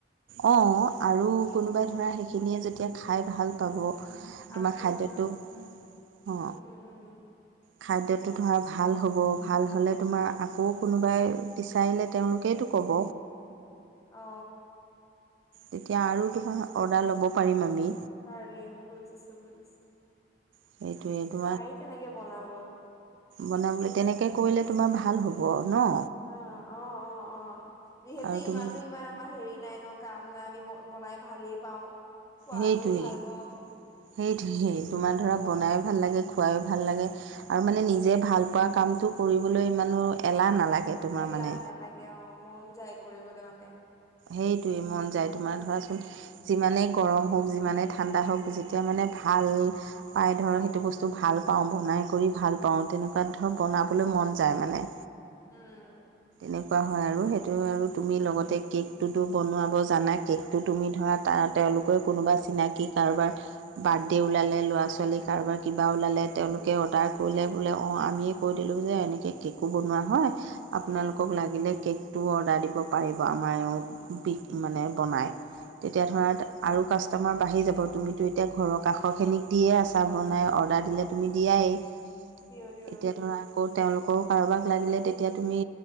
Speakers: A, on the right (about 90°); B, on the left (about 20°).
A: অ আৰু কোনোবাই ধৰা সেইখিনিয়ে যেতিয়া খাই ভাল পাব তোমাৰ
B: আকৌ
A: খাদ্যটো অ।
B: উম উম উম
A: খাদ্যটো ধৰ ভাল হ'ব, ভাল হ'লে তোমাৰ আকৌ কোনোবাই পিছ চাইলে তেওঁলোকেইটো ক'ব।
B: অ।
A: তেতিয়া আৰু তোমাৰ অৰ্ডাৰ ল'ব পাৰিম আমি।
B: পাৰিম বুজিছো বুজিছো।
A: সেইটোৱেইটো।
B: পাৰি তেনেকে বনাব।
A: বনাবলৈ তেনেকে কৰিলে তোমাৰ ভাল হ'ব ন?
B: অ, অ অ অ যিহেতু
A: আৰু
B: ইমানো
A: তুমি
B: ইমা আমাৰ হেৰি নাই ন কাম নাই আমি ব বনাই ভালেই পাওঁ। খুৱাবও
A: সেইটোৱেই
B: ভাল পাওঁ
A: সেইটোৱেই তোমাৰ ধৰা
B: অ
A: বনাই ভাল লাগে খ খুৱাই অ ভাল লাগে আৰু মানে নিজে ভালপোৱা কামটো কৰিবলৈ ইমানো এলাহ নালাগে তোমাৰ
B: এলাহ
A: মানে
B: নালাগে অ মন যায় কৰিবলে মানে
A: সেইটোৱেই মন যায় তোমাৰে ধৰাচোন যিমানেই গৰম হওক, যিমানেই ঠাণ্ডা হওক যেতিয়া মানে ভাল পাই ধৰক সেইটো বস্তু ভাল পাওঁ বনাই কৰি ভাল পাওঁ, তেনেকুৱা ধৰ বনাবলৈ মন যায় মানে
B: উম
A: এনেকুৱা হয় আৰু সেইটো আৰু তুমি লগতে কেক টোতো বনোৱাব জানা কেকটো তুমি ধৰা ত তেওঁলোকৰ কোনোবা চিনাকি কাৰোবাৰ বাৰ্থডে' ওলালে ল'ৰা-ছোৱালী কাৰোবাৰ কিবা ওলালে তেওঁলোকে অৰ্ডাৰ কৰিলে বোলে অঁ আমি কৈ দিলো যে এনেকে কেকো বনোৱা হয় আপোনালোকক
B: অ
A: লাগিলে কেকটো অৰ্ডাৰ দিব পাৰিব আমাৰ এও বিষ মানে বনায় তেতিয়া ধৰা
B: উম
A: আৰু কাচ ষ্টমাৰ বাঢ়ি যাব, তুমিতো এতিয়া ঘৰৰ কাষৰখিনিক দিয়ে আছা বনাই অৰ্ডাৰ দিলে তুমি দিয়াই। এতিয়া
B: দিও দিও
A: ধৰা আকৌ তেওঁলোকৰ কাৰোবাক লাগিলে তেতিয়া তুমি